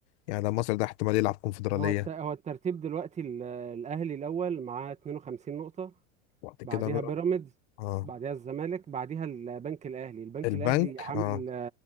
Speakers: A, on the left; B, on the right.
A: يعني مصر ده احتمال يلعب كونفدرالية
B: هو الت... هو الترتيب دلوقتي ال- الاهلي الاول معاه 52 نقطه
A: وبعد
B: بعديها
A: كده بقى
B: بيراميدز
A: اه
B: بعديها الزمالك بعديها البنك الاهلي البنك
A: البنك
B: الاهلي عامل
A: اه